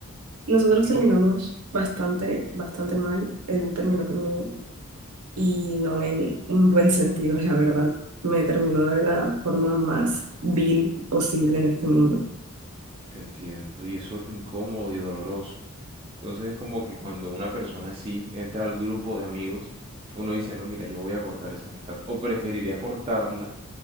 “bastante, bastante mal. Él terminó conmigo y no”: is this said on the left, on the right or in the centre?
Right